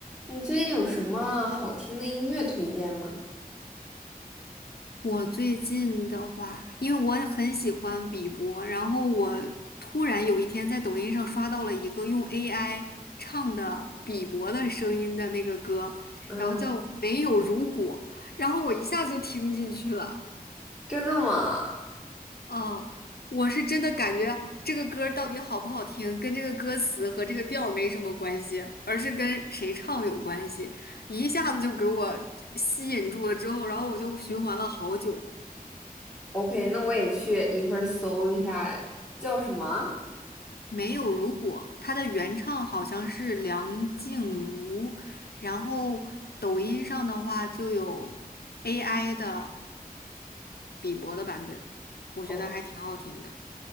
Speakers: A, in the centre; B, on the left.
A: 你最近有什么好听的音乐推荐吗？
B: 我最近的话，因为我也很喜欢比伯，然后我突然有一天在抖音上刷到了一个用 AI 唱的比伯的声音的那个歌，
A: 啊，
B: 然后叫《没有如果》，然后我一下子就听进去了。
A: 真的吗
B: 哦，我是真的感觉这个歌儿到底好不好听，跟这个歌词和这个调儿没什么关系，而是跟谁唱有关系，一下子就给我吸引住了。之后，然后我就循环了好久。
A: ？OK，那我也去一会儿搜一下叫什么。
B: 没有如果，它的原唱好像是梁静茹，然后抖音上的话就有 AI 的比伯的版本，我觉得还挺好听的。
A: 哦，